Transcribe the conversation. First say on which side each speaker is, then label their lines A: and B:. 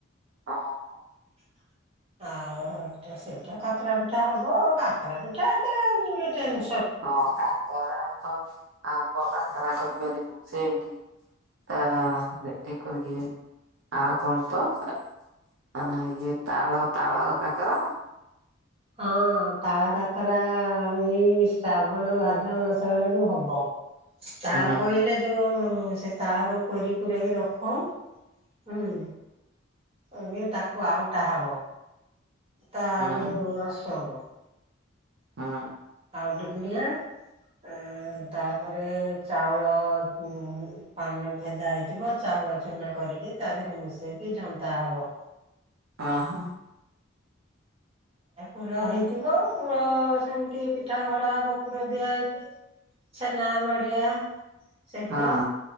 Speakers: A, on the right (about 70°); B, on the right (about 30°).
A: ଓହ।
B: <unintelligible> ଆଉ ଏଟା ସେଟା କାକରା ପିଠା ହବ କାକରା ପିଠା ଏତେ ଉ ଟେନ
A: ହଁ କାକରା ତ ଆମ୍ବ କାକରା କରିପାରିବୁ ସେମିତି। ଆ ଏ ଏଇ କରିକି ଆଉ କଣ ତ? ଆ ଇଏ ତାଳ ତାଳ କାକରା।
B: ହଁ ତାଳ କାକରା ଇ ଶ୍ରାବଣ ଭାଦ୍ର ମାସ ଆଡ଼କୁ ହବ। ତାଳ
A: ହୁଁ
B: ପଇଲେ ଯୋଉ ସେ ତାଳକୁ କୋରି କୁରେଇକି ରଖ। ହୁଁ ଏବେ ତାକୁ ଆଉଟା ହବ ତା
A: ହୁଁ
B: ଯୋଉ <unintelligible>
A: ହଁ।
B: <unintelligible> ପିଡିଆ ଆଁ ତାପରେ ଚାଉଳ ଉଁ ପାଣିରେ ଭେଦା ହେଇଥିବ, ଚାଉଳ ଛୁନା କରିକି ତା ଧେରେ ମିଶେଇକି ଯନ୍ତା ହବ।
A: ଅହ।
B: ପୁର ହେଇଥିବ ପୁର ସେମ୍ତି ପିଠା ଗଢ଼ା ହବ ପୁର ଦିଆ ହେଇକି। ଛେନା, ନଡ଼ିଆ ସେ
A: ହଁ
B: ପୁର